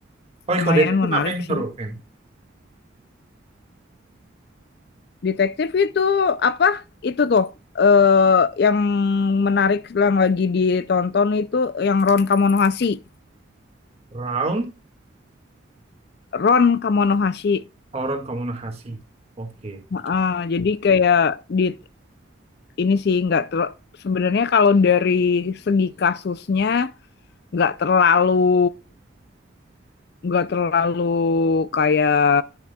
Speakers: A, on the right; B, on the left.
A: Oh, iya,
B: lumayan
A: kalau detektif
B: menarik
A: apa yang
B: sih.
A: seru, Fem?
B: Detektif itu apa, itu tuh, eee, yang menarik yang lagi ditonton itu yang Ron Kamonohashi,
A: Round
B: Ron Kamonohashi
A: Horon Komunikasi. Oke. aku
B: heeh, jadi kayak di ini sih nggak ter sebenarnya kalau dari segi kasusnya nggak terlalu nggak terlalu kayak